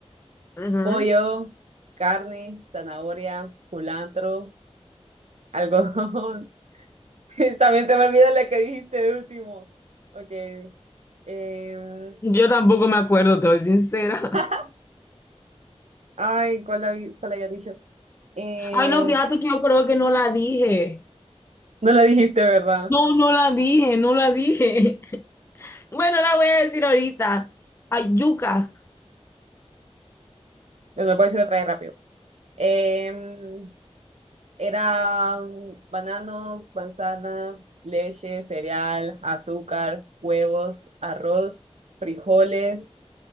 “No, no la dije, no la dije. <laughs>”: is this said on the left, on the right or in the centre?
Left